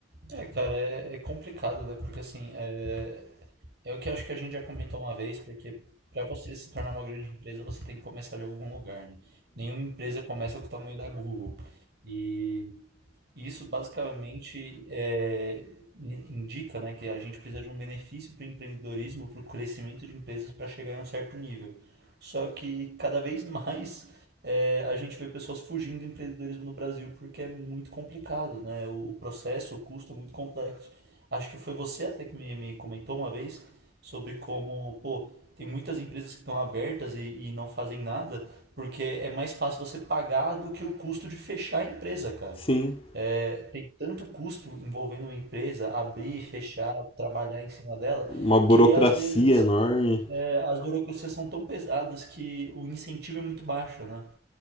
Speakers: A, on the right; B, on the left.
A: É, cara, é, é complicado, né? Porque assim, é, é o que acho que a gente já comentou uma vez, porque para você se tornar uma grande empresa, você tem que começar de algum lugar, né? Nenhuma empresa começa com o tamanho da Google. E Isso basicamente é, in- indica, né, que a gente precisa de um benefício para o empreendedorismo, para o crescimento de empresas para chegar em um certo nível. Só que cada vez <laughs> mais é, a gente vê pessoas fugindo do empreendedorismo no Brasil porque é muito complicado, né? O, processo, o custo é muito complexo. Acho que foi você até que me, me comentou uma vez sobre como, pô, tem muitas empresas que estão abertas e, e não fazem nada porque é mais fácil você pagar do que o custo de fechar a empresa, cara.
B: Sim,
A: É, tem tanto custo envolvendo uma empresa, abrir, fechar, trabalhar em cima dela,
B: uma burocracia
A: que às vezes
B: enorme.
A: é, as burocracias são tão pesadas que o incentivo é muito baixo, né?